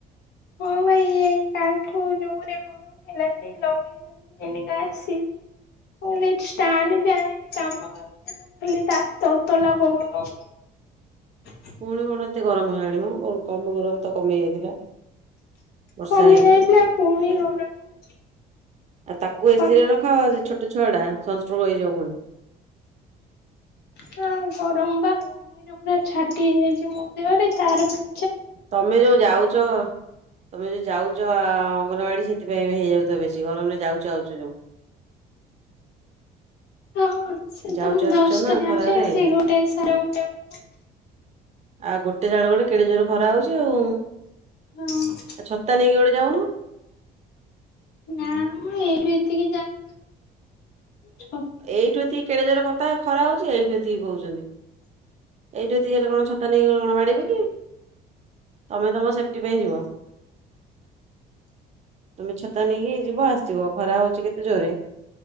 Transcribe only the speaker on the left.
ହଁ ବା ଇଏ କାଲିଠୁ ଯୋଉ ଭଳିଆ ଗରମ ହେଲାଣି ଲଗେଇବୁ <inaudible> ସ୍ଟାଣ୍ଡଫାନ ବି କାମ ଦଉନି। ଖାଲି ତା ତତଲା ପବନ ହେଉଛି।
କମି
ପୁଣି ଗରମ ହଉଛି
ଖରା
ହଁ ଗରମ ବା ଗମିରେ ପୁରା ଛାଟି ହେଇଯାଇଛି ମୋ ଦେହରେ ତାର ବି।
ହଁ। ସେଟା
ମୁଁ
ଦଶଟା
ରେ
ଯାଉଛି ସେଇ ଗୋଟେ ସାଡେ ଗୋଟେ ବେଳକୁ
ହଁ
ନା ମୁଁ ଏଇଠୁ ଏତିକି ଯାଉଛି ଛ